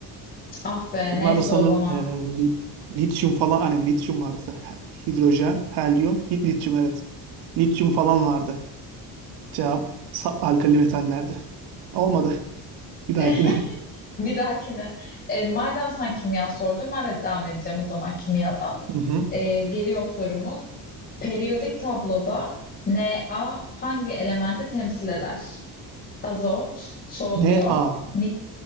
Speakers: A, on the left (about 30°); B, on the right (about 85°).
A: ah be
B: Bunlar
A: neyse
B: da sanırım
A: o zaman.
B: e, lityum falan hani lityum vardı. Hidrojen, helyum, hi- lityum evet. Lityum falan vardı. Cevap sa- alkali metallerdi. Olmadı. Bir dahakine.
A: <laughs> Bir dahakine. E, madem sen kimya sordun ben de devam edeceğim o zaman kimyadan.
B: <laughs> Hı hı.
A: E, geliyor sorumuz. Periyodik tabloda Na hangi elementi temsil eder? Azot, sodyum,
B: Ne A?
A: nik